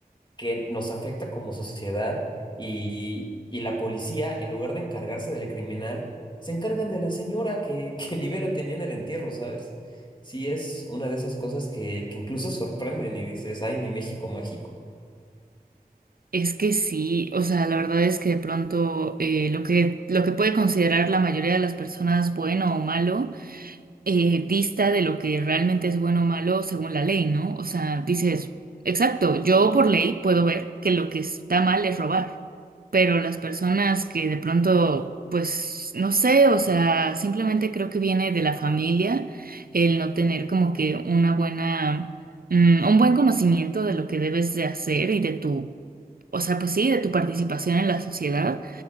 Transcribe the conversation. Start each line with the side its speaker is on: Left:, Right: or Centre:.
Left: que nos afecta como sociedad y, y la policía, en lugar de encargarse del criminal, se encargan de la señora que, <laughs> que ni vela tenía en el entierro, ¿sabes? Sí, es una de esas cosas que, que incluso sorprenden y dices, ay, mi México mágico.
Right: Es que sí, o sea, la verdad es que de pronto eh, lo que, lo que puede considerar la mayoría de las personas bueno o malo, eh, dista de lo que realmente es bueno o malo según la ley, ¿no? O sea, dices, exacto, yo por ley puedo ver que lo que está mal es robar, pero las personas que de pronto, pues, no sé, o sea, simplemente creo que viene de la familia el no tener como que una buena, mm, un buen conocimiento de lo que debes de hacer y de tu, o sea, pues sí, de tu participación en la sociedad.